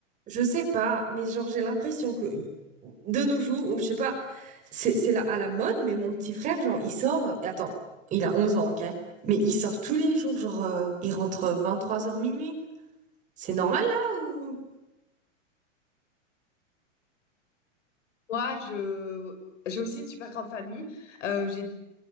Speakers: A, on the right (about 20°); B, on the left (about 70°).
A: Je sais pas, mais genre j'ai l'impression que de nos jours, ou je sais pas, c'est c'est la- à la mode, mais mon petit frère, genre il sort, euh, attends, il a 11 ans, ok? Mais il sort tous les jours, genre euh, il rentre 23 heures minuit. C'est normal là ou...
B: Moi, je, j'ai aussi une super grande famille. Euh, j'ai,